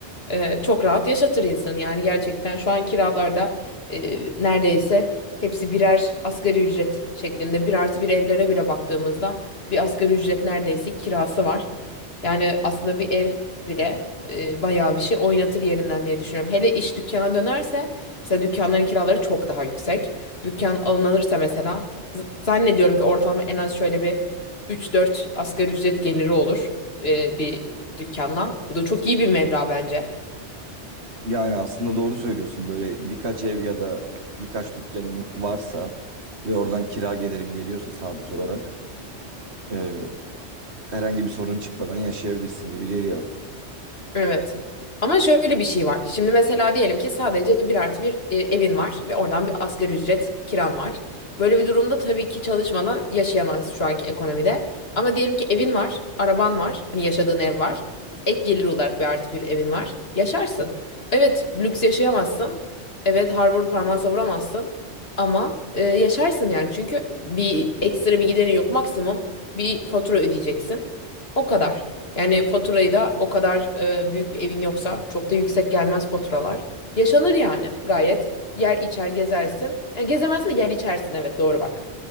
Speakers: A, on the left; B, on the right.
A: Ee, çok rahat yaşatır insanı yani gerçekten şu an kiralarda e, neredeyse hepsi birer asgari ücret şeklinde bir artı bir evlere bile baktığımızda bir asgari ücret neredeyse kirası var. Yani aslında bir ev bile e, bayağı bir şey oynatır yerinden diye düşünüyorum. Hele iş dükkana dönerse mesela dükkanların kiraları çok daha yüksek. Dükkan alınırsa mesela z- zannediyorum ki ortalama en az şöyle bir üç dört asgari ücret geliri olur e, bir dükkandan. Bu da çok iyi bir meblağ bence.
B: Yani aslında doğru söylüyorsun. Böyle birkaç ev ya da birkaç dükkanın varsa ve oradan kira gelirin geliyorsa sabit olarak. e, herhangi bir sorun çıkmadan yaşayabilirsin gibi geliyor.
A: Evet. Ama şöyle bir şey var. Şimdi mesela diyelim ki sadece bir artı bir e, evin var ve oradan bir asgari ücret kiran var. Böyle bir durumda tabii ki çalışmadan yaşayamazsın şu anki ekonomide. Ama diyelim ki evin var, araban var, hani yaşadığın ev var. Ek gelir olarak bir artı bir evin var. Yaşarsın. Evet, lüks yaşayamazsın. Evet, harbur parmağı savuramazsın. Ama e, yaşarsın yani. Çünkü bir ekstra bir giderin yok. Maksimum bir fatura ödeyeceksin. O kadar. Yani faturayı da o kadar e, büyük bir evin yoksa çok da yüksek gelmez faturalar. Yaşanır yani gayet. Yer içer gezersin. Yani gezemezsin de yer içersin evet doğru bak.